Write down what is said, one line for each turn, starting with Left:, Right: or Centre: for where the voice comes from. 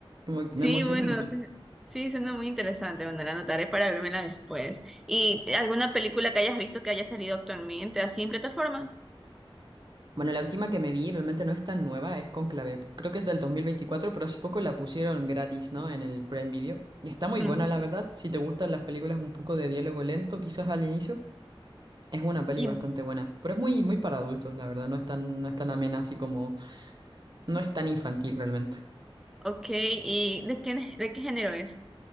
Right: Como que
Centre: Sí,
Right: me emociona
Centre: bueno,
Right: mucho.
Centre: se- sí, suena muy interesante. Bueno, la anotaré para vérmela después. ¿Y alguna película que hayas visto que haya salido actualmente así en plataformas?
Right: Bueno, la última que me vi realmente no es tan nueva, es Conclave. Creo que es del 2024 pero hace poco la pusieron gratis, ¿no? En el Prime Video. Y está muy
Centre: Ujú.
Right: buena, la verdad. Si te gustan las películas un poco de diálogo lento, quizás al inicio. Es una peli
Centre: Y,
Right: bastante buena, pero es muy, muy para adultos, la verdad, no es tan, no es tan amena así como, no es tan infantil realmente.
Centre: ok, ¿y de qué, de qué género es?